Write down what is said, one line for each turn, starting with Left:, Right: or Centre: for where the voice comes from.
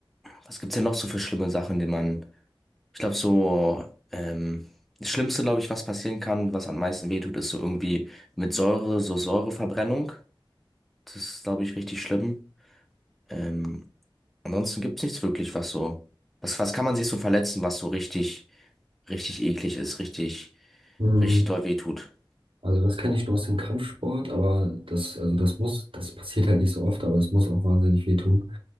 Centre: was gibt's denn noch so für schlimme Sachen, die man, ich glaube so, ähm, das Schlimmste, glaube ich, was passieren kann, was am meisten wehtut, ist so irgendwie mit Säure, so Säureverbrennung. Das ist, glaube ich, richtig schlimm. Ähm, Ansonsten gibt's nichts wirklich, was so. Was, was kann man sich so verletzen, was so richtig, richtig eklig ist, richtig,
Right: Mm,
Centre: richtig doll wehtut?
Right: Also das kenne ich nur aus dem Kampfsport, aber das, also das muss, das passiert halt nicht so oft, aber es muss auch wahnsinnig weh tun.